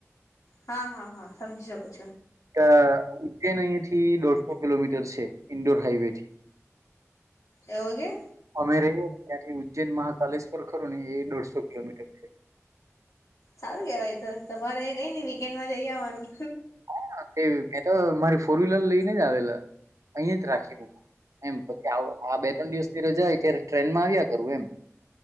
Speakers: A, on the left (about 85°); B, on the right (about 80°).
A: હા હા હા સમજી શકો છો.
B: અચ્છ ઉતે નહી. થી દોઢસો કિલોમીટર છે ઇન્ડોર હાઈવે થી.
A: એવગ.
B: અમે રહીએ ને ત્યાંથી ઉજ્જૈન મહાકાલેશ્વર ખરું ને એ દોઢસો કિલોમીટર છે.
A: સારું કેવાય તો તમારે કઈ ન વીકેન્ડમાં જઈ આવવાનું.
B: હા મે તો મારી ફોર વ્હીલર લઈને જ આવેલા અહીં જ રાખી મક. એમ પછી આ બે ત્રણ દિવસ થી રજા ત્યારે ટ્રેનમાં આવ્યા કરવું એમ.